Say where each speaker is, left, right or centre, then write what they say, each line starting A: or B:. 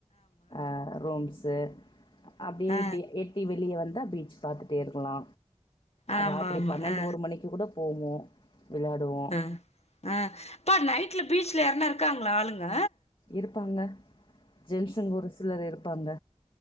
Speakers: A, on the left; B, on the left.
A: ஆ ரூம்ஸு அப்டியே
B: ஆ
A: இப்டி எட்டி வெளிய வந்தா பீச் பாத்துட்டே இருக்குலா
B: ஆமா
A: ராத்திரி
B: ஆமா
A: பன்னெண்டு
B: ஆ
A: ஒரு மணிக்கு கூட போவோ விளாடுவோ
B: அ அ அப்பா நைட்ல பீச்ல யார்னா இருக்காங்ளா ஆளுங்க
A: இருப்பாங்க ஜென்ஸுங்க ஒரு சிலர் இருப்பாங்க